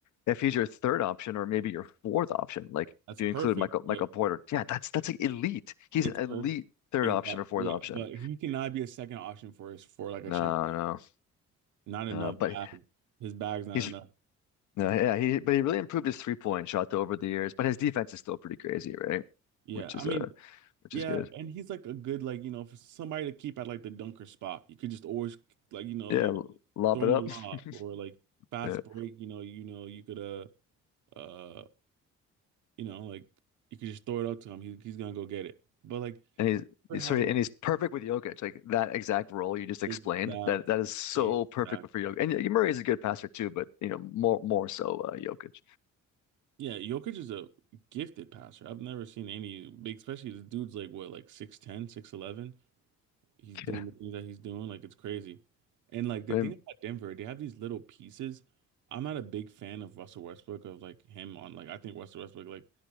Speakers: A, on the left; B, on the right.
A: if he's your third option or maybe your fourth option, like
B: That's
A: if you
B: perfect,
A: include Michael Michael
B: but
A: Porter, yeah, that's that's like elite. He's
B: it's
A: an elite
B: perfect.
A: third
B: Exactly.
A: option or fourth
B: Yeah,
A: option.
B: but he cannot be a second option for us for like a
A: No,
B: championship.
A: no.
B: Not enough
A: Uh, but
B: bag. His bag's not
A: he's
B: enough.
A: no, yeah, he but he really improved his three point shot though over the years. But his defense is still pretty crazy, right?
B: Yeah,
A: Which
B: I
A: is
B: mean,
A: uh, which
B: yeah,
A: is good.
B: and he's like a good like you know for somebody to keep at like the dunker spot. You could just always like you know
A: Yeah,
B: like
A: l- lob
B: throw
A: it
B: him
A: up.
B: a lob
A: <laughs>
B: or like fast
A: Yeah,
B: break. You know, you know you could uh uh You know, like you could just throw it up to him. He, he's gonna go get it. But like
A: and he's,
B: Cooper
A: he's
B: has
A: so and
B: like
A: he's perfect with Jokic, like that exact role you just explained.
B: exactly,
A: That that is so
B: exactly.
A: perfect for Jokic. And yeah, Murray is a good passer too, but you know more more so uh, Jokic.
B: Yeah, Jokic is a gifted passer. I've never seen any big, especially the dude's like what, like six ten, six eleven. he's
A: <laughs>
B: doing
A: Yeah,
B: the things that he's doing. Like it's crazy. And like the
A: I mean,
B: thing about Denver, they have these little pieces. I'm not a big fan of Russell Westbrook of like him on like I think Russell Westbrook like